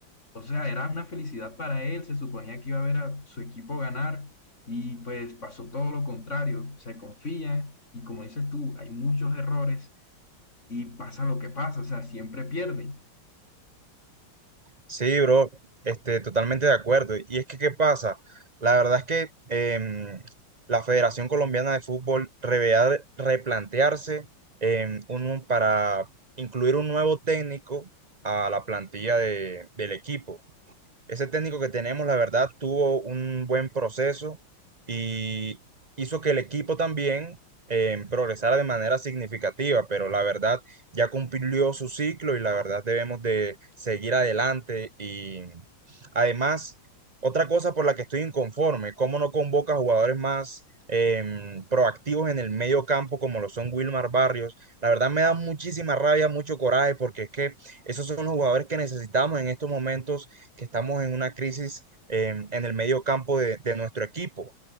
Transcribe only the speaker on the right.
Sí, bro, este, totalmente de acuerdo. Y es que, ¿qué pasa? La verdad es que em, la Federación Colombiana de Fútbol debería replantearse em, un- para incluir un nuevo técnico a la plantilla de- del equipo. Ese técnico que tenemos, la verdad, tuvo un buen proceso y hizo que el equipo también eh, progresara de manera significativa, pero la verdad ya cumplió su ciclo y la verdad debemos de seguir adelante. Y además, otra cosa por la que estoy inconforme, cómo no convoca jugadores más em, proactivos en el medio campo como lo son Wilmar Barrios. La verdad me da muchísima rabia, mucho coraje, porque es que esos son los jugadores que necesitamos en estos momentos que estamos en una crisis en, en el medio campo de, de nuestro equipo,